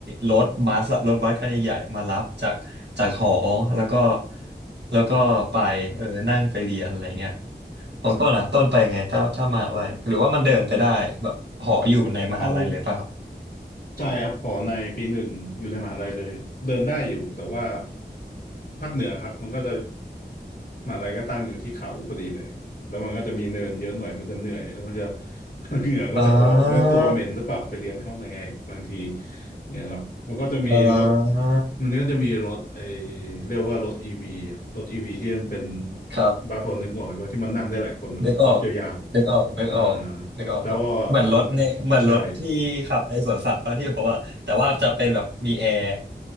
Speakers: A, on the right; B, on the left.
A: รถบัสอะรถบัสคันใหญ่ๆมารับจากจากหอแล้วก็แล้วก็ไปเออนั่งไปเรียนอะไรเงี้ย
B: ครับ
A: ของต้นอ่ะต้นไปไงถ้าถ้ามหาลัยหรือว่ามันเดินไปได้แบบหออยู่ในมหาลัยเลยป่ะครับ
B: เอาใช่ครับหอในปีหนึ่งอยู่ในมหาลัยเลยเดินได้อยู่แต่ว่าภาคเหนือครับมันก็จะ มหาลัยก็ตั้งอยู่ที่เขาพอดีเลย แล้วมันก็จะมีเนินเยอะหน่อย มันจะเหนื่อยแล้วมันจะ <laughs> เหงื่อก็จะออกมันก็ตัวเหม็นหรือเปล่าไปเรียนในห้องแอร์กบางที
A: อ่า
B: เนี่ยครับมันก็จะมีรถ
A: อ่า
B: มันก็จะมีรถไอเรียกว่ารถอีวีอะรถอีวีที่มันเป็น
A: ครับ
B: บางคนนึกออกไหมว่าที่มันนั่งได้หลายคนเหมือนรถกอล์ฟยาวๆอ่า
A: นึกออกนึกออกนึกออกนึกออกครับเหมือนรถในเหมือนรถที่ขับในสวนสัตว์ป่ะที่บอกว่าแต่ว่าจะเป็นแบบมีแอร์
B: แล้วก็คนใช่